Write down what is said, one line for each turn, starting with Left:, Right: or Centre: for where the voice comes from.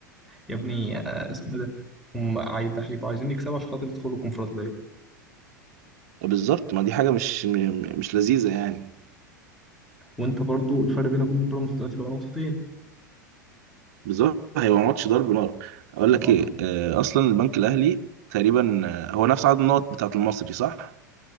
Centre: يا ابني آه، اسمه إيه ده هم عاي- ده هيبقوا عايزين يكسبوا عشان خاطر يدخلوا الكونفدراليه
Right: آه، بالظبط ما دي حاجه مش م... مش لذيذه يعني
Centre: وانت برضو الفرق بينك وبين بيراميدز دلوقتي بقى نقطتين
Right: بالظبط هيبقى ماتش ضرب نار اقول لك
Centre: آه،
Right: ايه
Centre: بس-
Right: آه اصلا البنك الاهلي تقريبا آه هو نفس عدد النقط بتاعه المصري صح